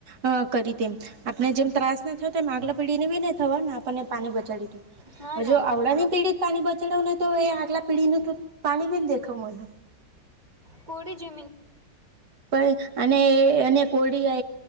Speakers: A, on the right; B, on the right.
A: અ કરી તેમ આપણે જેમ ત્રાસ ના થયો, તેમ આગલા પીઢીને બી ન થવા ને આપણને પાણી બચાડી દી
B: હા
A: હજુ
B: ના
A: આપણાંની પીઢી પાણી બગાડે ને તો એ આગલા પેઢીને તો પાણી બી દેખાવ મળે.
B: ઓડી જ
A: પણ અને અને કોરડી